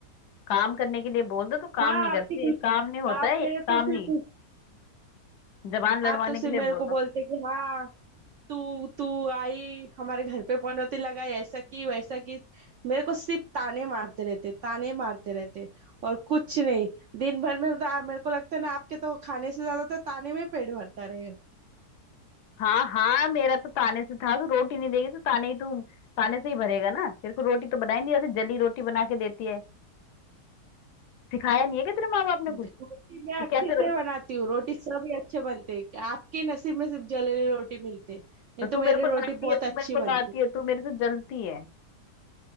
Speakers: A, on the left; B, on the right.
A: काम करने के लिए बोल दो तो काम
B: हाँ
A: नहीं
B: आपकी
A: करती काम नहीं होता
B: आप
A: है ये
B: मेरे
A: काम
B: तो सिर्फ
A: नहीं जबान
B: आप
A: लड़वाने
B: तो सिर्फ
A: के लिए
B: मेरे
A: बोल
B: को बोलते
A: दो
B: कि हाँ तू तू आई हमारे घर पे पनौती लगाई ऐसा की वैसा की मेरे को सिर्फ ताने मारते रहते ताने मारते रहते और कुछ नहीं दिन भर में तो आ- मेरे को लगता है ना आपके तो खाने से ज्यादा तो ताने में पेट भरता रहेगा
A: हाँ हाँ मेरा तो ताने से था तू रोटी नहीं देगी तो ताने ही तू ताने से ही भरेगा ना तेरे को रोटी तो बनाई नहीं आती जली रोटी बना के देती है सिखाया नहीं है क्या तेरे माँ बाप ने
B: द-
A: कुछ
B: रोटी मैं
A: कि
B: अच्छे
A: कैसे
B: से
A: रो...
B: बनाती हूँ रोटी सब ही अच्छे बनते हैं आपके नसीब में सिर्फ जलेले रोटी मिलते हैं। नहीं
A: तो तू
B: तो मेरी
A: मेरे को
B: रोटी
A: लाती
B: बहुत
A: है तू
B: अच्छी
A: मेरे को
B: बनती
A: लाती है तू मेरे से जलती है